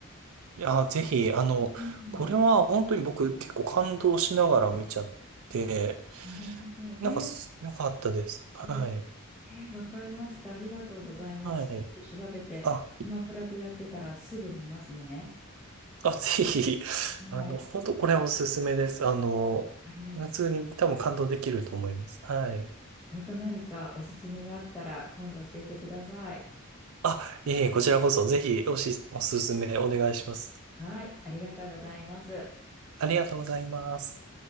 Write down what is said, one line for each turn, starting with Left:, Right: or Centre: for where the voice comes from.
Right: いや、ぜひ、あの、
Centre: うん、
Right: これは本当に僕結構感動しながら見ちゃって、
Centre: なるほど。
Right: なんかす良かったです。
Centre: え
Right: はい。
Centre: いいえー、わかりました。ありがとうございます。
Right: はい。
Centre: ちょっと調べて、
Right: あ、
Centre: アマプラでやってたらすぐ見ますね。
Right: あ、ぜひ、あの、
Centre: はい。
Right: 本当これはおすすめです。あの、
Centre: ありがとうございます。
Right: 普通に多分感動できると思います。はい。
Centre: また何かおすすめがあったら今度教えてください。
Right: あ、いえいえ、こちらこそぜひおし、おすすめお願いします。
Centre: はい。ありがとうございます。
Right: ありがとうございます。